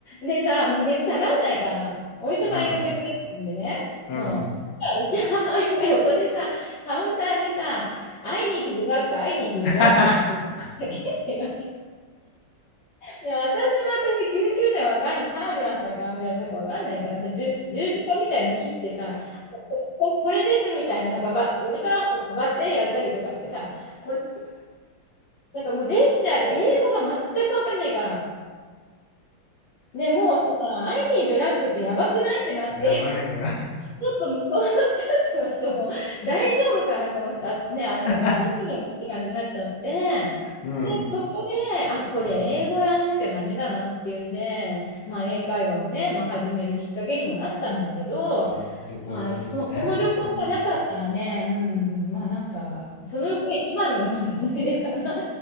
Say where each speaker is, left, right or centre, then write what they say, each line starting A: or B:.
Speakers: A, on the left (about 65°); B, on the left (about 90°).
A: でさ、もう熱下がんないから、お医者さん呼んでくれって言うんでね。
B: うん。
A: そう。
B: うん。
A: うちの母親が横でさ、カウンターでさ、I need drug, I need drug
B: <laughs>
A: って言ってるわで私も私救急車がわかんない、タービュランスだかアンビュランスだかわかんないからさ、十十字架みたいの切ってさ、これこれですみたいな、なんかばウルトラマンとかバッテンやったりとかしてさ、これ、なんかもうジェスチャーで英語が全くわかんないから、ね、もうさ、I need drug ってやばくないってなって。
B: やばいよ。
A: ちょっと向こうのスタッフの人も <laughs> 大丈夫かな、この人、あ、ね、あたたの人じゃないって感じになっちゃって、
B: <laughs> うん。
A: で、そこで、あ、これ英語やらなきゃダメだなっていうんで、
B: うん。
A: まあ、英会話をね、まあ、始めるきっかけにもなったんだけど、
B: あ、横を通してね。
A: まあ、そ、その旅行がなかったらね、
B: うん。
A: うん、まあなんか、その旅行が一番の、まあ、思い出かな。